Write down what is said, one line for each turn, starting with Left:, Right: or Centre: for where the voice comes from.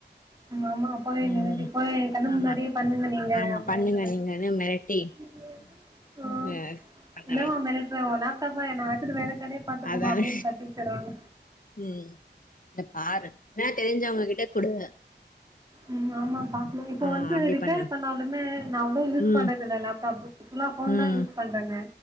Right: ஆம்மாமா அப்பவே
Left: ம்
Right: நின்ட்டு இப்பவே கண்ண முன்னாடியே
Left: ஆமா
Right: பண்ணுங்க நீங்க
Left: ஆமா
Right: அப்டின்னு
Left: பண்ணுங்க
Right: சொல்லிட்டு
Left: நீங்கன்னு மிரட்டி
Right: என்ன ஆஹ்
Left: அ பண்ண
Right: என்னமா மிரட்டுற உன் <unintelligible>
Left: அதான
Right: அப்டின்னு கத்தி விட்டுறாங்க
Left: உம் இல்ல பாரு ஏன தெரிஞ்சவங்ககிட்ட குடு
Right: உம் ஆமா பாக்ணு இப்ப
Left: ஆ
Right: வந்து
Left: அப்டி
Right: ரிப்பேர்
Left: பண்ணு
Right: பண்ணாலுமே நா அவ்ளோ யூஸ்
Left: ம்
Right: பண்றது இல்லல லேப்டாப் புல்ல போன்
Left: ம்
Right: தா யூஸ் பண்றங்க